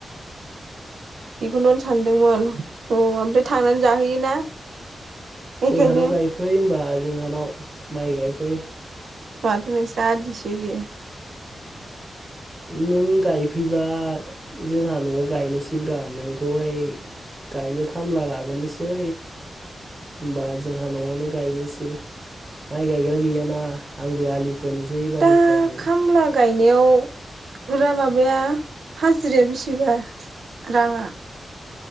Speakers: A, on the right; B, on the right.
A: बेखौनोथ' सानदोंमोन औ ओमफ्राय थांनानै जाहैयोना बेखायनो
B: जोंहानाव गायफै होमबा जोंहानाव। माइ गायफै।
A: माथो नोंस्रा आदिसो होयो।
B: नों गायफैबा जोंहा नआव गायनोसैब्रा नोंखौहाय गायनो खामला लाबोनोसै होमबा जोंहा नआवनो गायनोसै माइ गायग्रा गैयाना आंबो आलि खोनोसै एबारनिफ्राय।
A: दा खामला गायनायाव <unintelligible> माबाया हाज हाजिराया बिसेबा राङा?